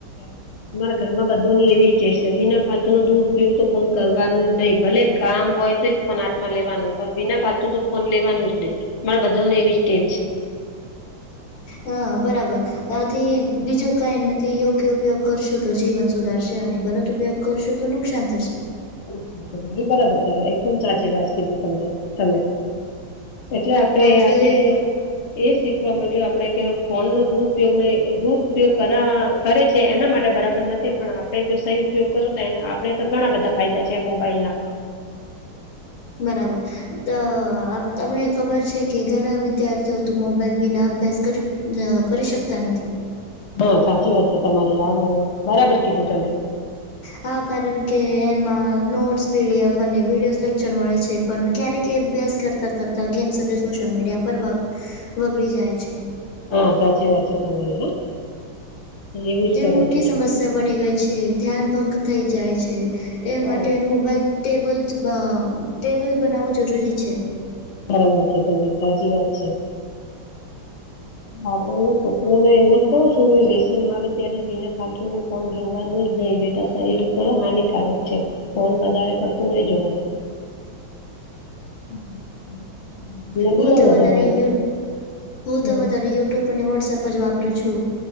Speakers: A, on the left; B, on the left.
A: <unintelligible> તમારા ઘરમાં બધોની એવી ટેવ શે બીના ફાલતુ દૂર ઉપયોગ તો ફોન કરવાનું જ નહી ભલે કામ હોય તો જ ફોન હાથમાં લેવાનું પણ બીના પાલતું તો ફોન લેવાનું જ નહી. મારા બધા ને એવી જ ટેવ છે.
B: હ બરાબર. આથી બીજું કઈ નથી યોગ્ય ઉપયોગ કરશો તો જીવન સુધારશે અને ગલત ઉપયોગ કરશો તો નુકસાન થશે.
A: એ બરાબર છે એકદમ સાચી વાત કીધી તમને તમે એટલે આપડે
B: એટલે
A: આજે એ શીખવા મળ્યું આપડે કે ફોન નો દુરુપયોગ નહી દુરુપયોગ કરા કરે છે એના માટે બરાબર નથી પણ આપડે જો સહી ઉપયોગ કરો તો આપણેે તો ઘણા બધા ફાયદા છે મોબાઈલ ના.
B: બરાબર આપને ખબર છે કે ઘણા વિદ્યાર્થીઓ તો મોબાઈલ વિના અભ્યાસ કરી ના કરી શકતા નથી.
A: હા સાચી વાત છે તમારી આવું બરાબર કીધું તમે.
B: હા કારણ કે એમાં નોટ્સ પીડીએફ અને વિડીયો લેક્ચર મળે છે પણ ક્યારેક એ અભ્યાસ કર કરતાં કરતાં ગેમ્સ અને સોશિયલ મીડિયા પર બગડી જાય છે.
A: હા સાચી વાત છે તમારી એવું જ
B: એ
A: કરે
B: મોટી
A: છે
B: સમસ્યા
A: છોકરા
B: બની ગઈ છે ધ્યાન ભંગ થઈ જાય છે એ
A: હા
B: માટે મોબાઈલ ટેબલ ટેબલ બનાવવું જરૂરી છે.
A: બરાબર છે તમે સાચી વાત છે. આવાવડા ન છોકું ને એમજ કઉ છું ને લેસન આવે ત્યારે જ બીના ફાલતુ નુ. ફોન જોવાનું જ નહીિ બેટા શરીર ઉપર હાનિકારક છે ફોન વધારે પડતું નહી જોવાનું. <inaudible> એટલે ઘણા
B: હું તો
A: બધા
B: વધારે
A: ફાયદા
B: યુ હું
A: છે
B: તો
A: હમ
B: વધારે યુટ્યુબ અને વોટ્સપ જ વાપરું છું.